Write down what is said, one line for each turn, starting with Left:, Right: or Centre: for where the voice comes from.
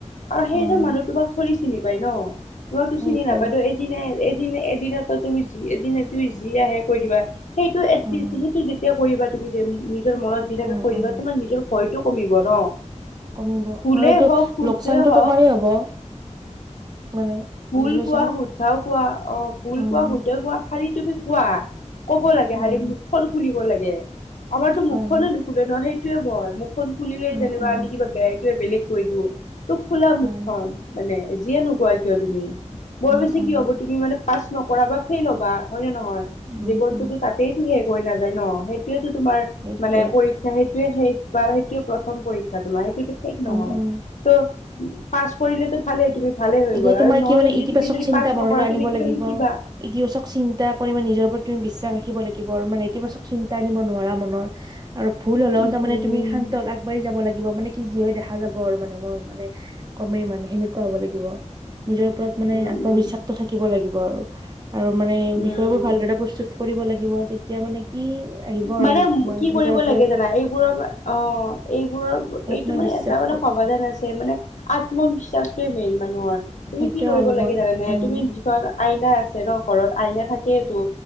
Left: আৰু সেইজন
Right: উম
Left: মানুহ তোমাক থ'ৰি চিনি পায় ন', তোমাকতো
Right: সেইটোৱে
Left: চিনি নাপায় ত' এদিন এদিন, এদিনে তুমি যি, এদিনে তুমি যি আহে কৈ দিবা। সেইটো এলিষ্ট,
Right: উম
Left: সেইটো যেতিয়া কৰিবা তুমি যে নিজৰ মনত যি থাকে
Right: উম
Left: কৈ
Right: উম
Left: দিবা। তোমাৰ নিজৰ ভয়টো কমিব ন'।
Right: কমিব, আৰু
Left: ভুলেই
Right: এইটো
Left: হওক শুদ্ধই
Right: লোকচানটো
Left: হওক
Right: তোমাৰে হ'ব। মানে
Left: ভুল
Right: বুজি পাইছানে?
Left: কোৱা, শুদ্ধাও কোৱা। অ', ফুল
Right: উম
Left: কোৱা শুদ্ধ কোৱা খালি তুমি কোৱা। ক'ব লাগে
Right: উম
Left: খালি। মুখখন খুলিব লাগে। আমাৰতো
Right: হয়
Left: মুখনে
Right: হয়
Left: নুখোলে ন'। সেইটোয়ে ভয়, মুখখন খুলিলেই
Right: উম
Left: যেনিবা
Right: উম
Left: আমি নে কিবা বেলেগ কৈ দিওঁ। তোক খোলা
Right: হয়
Left: মুখখন, মানে যিয়ে নোকোৱা কিয় তুমি বৰ
Right: উম
Left: বেছি
Right: উম
Left: কি হ'ব তুমি মানে পাছ নকৰা বা ফেইল হ'বা। হয় নে নহয়।
Right: উম
Left: জীৱনটোতো
Right: উম
Left: তাতেইতো শেষ হৈ নাযায় ন'। সেইটোয়োটো তোমাৰ
Right: সেইটোৱে
Left: মানে পৰীক্ষা। সেইটোয়ে শেষ বা সেইটোয়ে প্ৰথম পৰীক্ষা তোমাৰ। সেই টোটো ঠিক নহয়।
Right: উম উম
Left: ত', পাছ কৰিলেটো ভালে, তুমি ভালে হৈ
Right: এতিয়া
Left: গ'ল
Right: তোমাৰ
Left: আৰু নহ'লে
Right: কি মানে
Left: যদি
Right: ইতিবাচক
Left: তুমি যদি
Right: চিন্তা
Left: পাছ
Right: মনলৈ
Left: নকৰা
Right: আনিব
Left: তুমি কিবা
Right: লাগিব।
Left: শিকিবা।
Right: ইতিবাচক চিন্তা কৰি মানে নিজৰ প্ৰত তুমি বিশ্বাস ৰাখিব লাগিব আৰু মানে ইতিবাচক চিন তাই নিব নোৱাৰা মনত, আৰু ভুল হ'লেও
Left: উম
Right: তাৰমানে তুমি শান্তল, আগবাঢ়ি যাব লাগ লিব মানে কি, যি হৈ দেখা যাব আৰু মানে মই মানে কমেই মানে সেনেকুৱা হ'ব লাগিব। নিজৰ ওপৰত মানে
Left: উম
Right: আত্মবিশ্বাসটো
Left: উম
Right: থাকিব লাগিব আৰু। আৰু মানে
Left: উম
Right: বিষয়বোৰ ভালদৰে প্ৰস্তুত কৰিব লাগিব, তেতিয়া মানে কি আহিব আৰু
Left: মানে কি কৰিব
Right: নিজৰ ওপৰত
Left: লাগে জানা। এইবোৰৰ অ', এইবোৰৰ
Right: আত্মবিশ্বাসটো
Left: এইটো মানে এটা মানে সমাধান আছে, মানে আত্মবিশ্বাসটোৱে মেইন মানুহৰ। তুমি
Right: সেইটোৱে
Left: কি কৰিব
Right: অলপমান
Left: লাগে জানে নে?
Right: উম
Left: তুমি যিখন আইনা আছে ন', ঘৰত, আইনা থাকেইেতো।